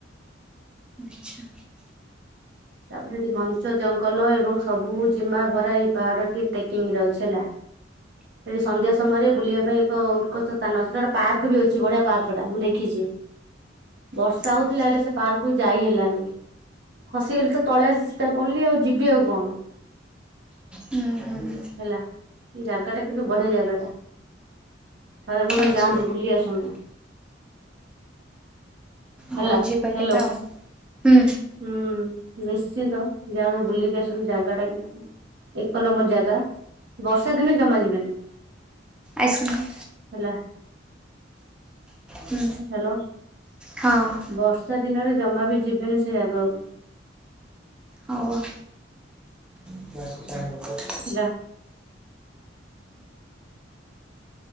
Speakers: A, in the centre; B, on the right.
A: ଆଚ୍ଛା।
B: ତାପରେ <unintelligible> ଘଞ୍ଚ ଜଙ୍ଗଲ ଏବଂ ସବୁ ଜିମା ଭରା ଏଇ ପାହାଡଟି ଟେକିଂରେ ଅଛି ହେଲା। <unintelligible> ସନ୍ଧ୍ୟା ସମୟରେ ବୁଲିବା ପାଇଁ ଏକ ଉତ୍କଷ୍ଟ ସ୍ଥାନ ସେଇଟା ଗୋଟେ ପାର୍କ ବି ଅଛି ବଢିଆ ପାର୍କଟା ମୁଁ ଦେଖିଛି। ବର୍ଷା ହଉଥିଲା
A: ଆଚ୍ଛା
B: ହେଲେ ସେ ପାର୍କକୁ ଯାଇ ହେଲାନି। ସିଏ <unintelligible> ତଳେ ଆସି ସିତା ପଡିଲି ଆଉ ଯିବି ଆଉ କଣ।
A: ହୁଁ ହୁଁ
B: ହେଲା ଜାଗାଟା କିନ୍ତୁ ବଢିଆ ଜାଗାଟା। ଥରେ <unintelligible>
A: ଆଚ୍ଛା
B: ଯାଆନ୍ତୁ ବୁଲି ଆସନ୍ତୁ। ହେଲା
A: ହଉ ଯିବା
B: ହ୍ୟାଲୋ।
A: କେବେ ଆଉ ହୁଁ
B: ହୁଁ ନିଶ୍ଚିନ୍ତ ଯାହାବୁ ବୁଲିକି ଆସନ୍ତୁ ଜାଗାଟା କିନ୍ତୁ ଉଁ ଏକ ନମ୍ବର ଜାଗା ବର୍ଷା ଦିନେ ଜମା ଯିବେନି।
A: ଆଇସ୍କ୍ରିମ୍।
B: ହେଲା
A: ହୁଁ
B: ହ୍ୟାଲୋ।
A: ହଁ!
B: ବର୍ଷା ଦିନରେ ଜମା ବି ଯିବେନି ସେ ଜାଗାକୁ।
A: ହଉ ଆଉ। <unintelligible>
B: ହେଲା।